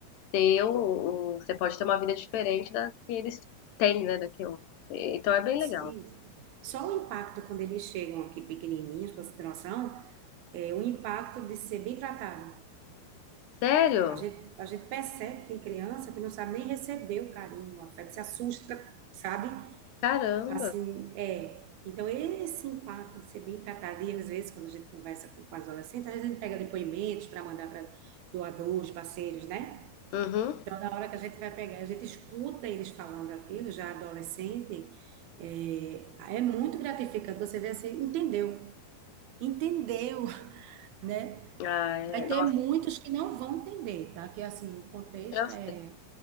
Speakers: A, on the left; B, on the right.
A: ter um, um- você pode ter uma vida diferente da que eles têm, né, da que eu. Então é bem legal.
B: Isso. Só o impacto quando eles chegam aqui pequenininhos, para você ter noção, é o impacto de ser bem tratado.
A: Sério?
B: A gente, a gente percebe que tem criança que não sabe nem receber o carinho, o afeto, se assusta, sabe?
A: Caramba.
B: Assim, é. Então, esse impacto de ser bem tratado, e às vezes, quando a gente conversa com, com as adolescentes, às vezes a gente pega depoimentos para mandar para doadores, parceiros, né?
A: Uhum.
B: Então, na hora que a gente vai pegar, a gente escuta eles falando aquilo, já adolescente, é, é muito gratificante. Você vê assim, entendeu, entendeu, né?
A: Ah, é.
B: Vai
A: Nossa,
B: ter muitos que não vão entender, tá? Que assim, o contexto
A: eu sei,
B: é